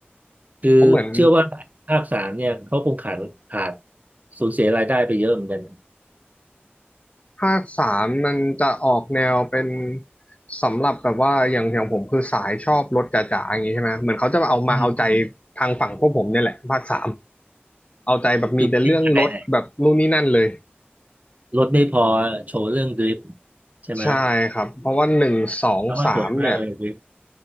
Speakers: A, on the right; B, on the left.
A: คือเชื่อว่าภาคสามเนี่ยเขาคงขาดขาด
B: เพราะเหมือน
A: สูญเสียรายได้ไปเยอะเหมือนกันนะ
B: ภาคสามมันจะออกแนวเป็นสำหรับแบบว่าอย่างอย่างผมคือสายชอบรถจ๋าๆ อย่างนี้ใช่ไหม เหมือนเขาจะมาเอามาเอาใจ
A: อืม
B: ทางฝั่งพวกผมเนี่ยแหละภาคสามเอาใจแบบมีแต่เรื่องรถแบบนู่นนี่นั่นเลย
A: คือไม่ได้ไหนรถไม่พอโชว์เรื่องดริฟต์ใช่ไหม
B: ใช่ครับ เพราะว่าหนึ่งสองสามเนี่ย
A: เอามาสวยมากเลยดริฟต์